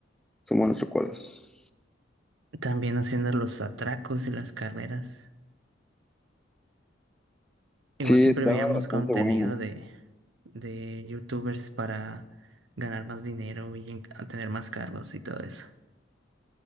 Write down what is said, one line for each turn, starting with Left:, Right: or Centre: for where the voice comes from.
Centre: son buenos recuerdos.
Right: También haciendo los atracos y las carreras. Igual
Centre: Sí,
Right: siempre
Centre: estaba
Right: veíamos
Centre: bastante
Right: contenido
Centre: bueno.
Right: de, de youtubers para ganar más dinero y en- a tener más carros y todo eso.